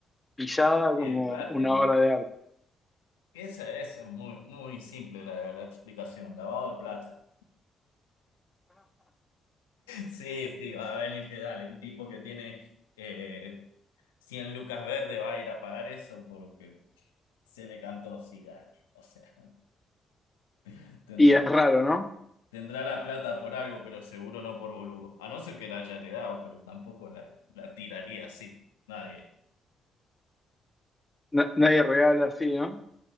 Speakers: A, on the left; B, on the left.
A: pisada
B: Sí,
A: como
B: el clásico.
A: una obra de arte. <laughs>
B: Esa es muy, muy simple la, la explicación, lavado de plata. <laughs> Sí, sí, va a venir que dale, un tipo que tiene eh, Cien lucas verde va a ir a pagar eso porque se le cantó, sí, dale. O sea, <laughs> tendrá,
A: y es raro, ¿no?
B: tendrá la plata por algo, pero seguro no por boludo. A no ser que la haya heredado, pero tampoco la, la tiraría así. Nadie.
A: Na- nadie regala así, ¿no?